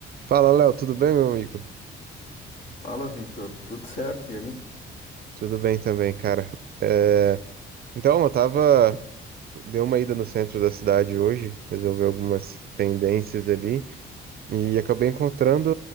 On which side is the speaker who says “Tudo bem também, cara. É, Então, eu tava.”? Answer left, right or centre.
Right